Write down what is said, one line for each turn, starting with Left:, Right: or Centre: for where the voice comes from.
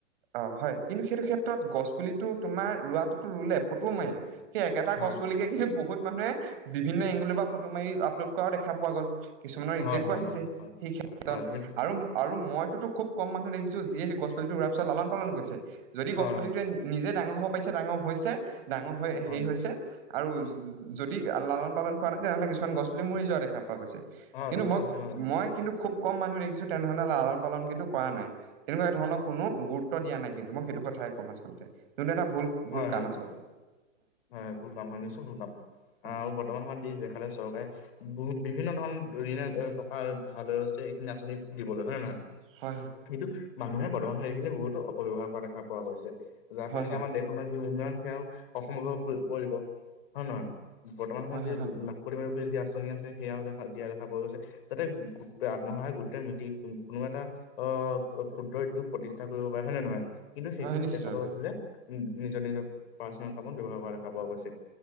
Right: অ হয় কিন্তু সেইটো ক্ষেত্ৰত গছ পুলিটো তোমাৰ ৰোৱাটোতো ৰুলে ফটোও মাৰিলে। সেই একেটা
Left: হয়,
Right: গছ পুলিকে কিন্তু বহুত মানুহে বিভিন্ন এংগুলৰ পৰা ফটো মাৰি আপলোড কৰাও দেখা পোৱা গ'ল। কিছুমানৰ ৰেজেক্ত
Left: হয়, হয়,
Right: আহিছে
Left: হয়, হয়,
Right: সেই ক্ষেত্ৰত
Left: হয়, তুমি ঠিক-
Right: আৰু আৰু মই খুব কম মানুহ দেখিছো যিয়ে গছ পুলিটো ৰোৱাৰ পিছত লালন পালন কৰিছে। যদি
Left: হয়,
Right: গছ পুলিটোৱে
Left: হয়,
Right: নিজে ডাঙৰ হ'ব পাৰিছে ডাঙৰ হৈছে ডাঙৰ হৈ
Left: হয়,
Right: হেৰি হৈছে। আৰু যদি লালন পালন কৰা নাই তেনেহ'লে কিছুমান গছ পুলি মৰি যোৱা দেখা প পোৱা গৈছে
Left: হয়,
Right: কিন্তু
Left: দেখা
Right: মই
Left: গৈছে হয়, হয়,
Right: মই কিন্তু খুব কম মানুহ দেখিছো তেনেধৰণে লালন পালন কিন্তু কৰা নাই তেনেকুৱা ধৰণৰ কোনো গুৰুত্ব দিয়া নাই। কিন্তু মই সেইটো কথাই ক'ম আচলতে যোনটো এটা
Left: হয়,
Right: ভুল কাম
Left: হয়,
Right: আচলতে।
Left: হয়, হয় ভুল কাম হয়। নিশ্চয় ভুল কাম
Right: হয়
Left: আহ আৰু বৰ্তমান সময়ত যি দেখালে চৰকাৰে। বিভিন্ন ধৰণৰ ঋণ টকা ধাৰ লৈছে, এইখিনি আঁচনি দিবলৈ হয় নে নহয়।
Right: হয়
Left: কিন্তু মানুহে বৰ্তমান সময়ত এইখিনি বহুতো অপব্যৱহাৰ কৰা দেখা পোৱা গৈছে। যাৰ কাৰণে
Right: হয়
Left: কি
Right: হয়
Left: আমাৰ দেশখনৰ যি উন্নয়ন সেয়াও অসময়ত পৰিব হয় নে নহয়? বৰ্তমান সময়ত
Right: হয় হয়
Left: যে
Right: হয় হয়
Left: লাখপতি বাইদেউ বুলি যি আঁচনি আঁচনি আছে সেয়াও দেখা দিয়া দেখা পোৱা গৈছে। যাতে গোট আত্মসহায়ক গোট মিলি কোনো এটা অ', ক্ষুদ্ৰ উদ্যোগ প্ৰতিষ্ঠা কৰিব পাৰে হয় নে নহয়। কিন্তু সেইখিনিত
Right: হয় নিশ্চিত
Left: দেখা
Right: ৰূপে
Left: পোৱা গৈছে যে নিজৰ নিজৰ পাৰ্চনেল কামত ব্যৱহাৰ কৰা দেখা পোৱা গৈছে।